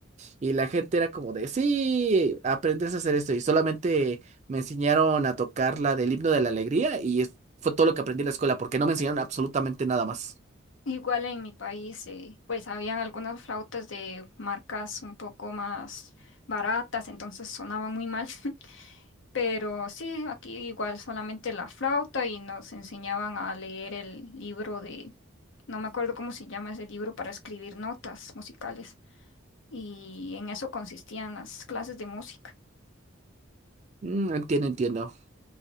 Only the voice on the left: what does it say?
Igual en mi país, eh, pues habían algunas flautas de marcas un poco más baratas, entonces sonaban muy mal. <laughs> Pero sí, aquí igual solamente la flauta y nos enseñaban a leer el libro de, no me acuerdo cómo se llama ese libro para escribir notas musicales. y en eso consistían las clases de música.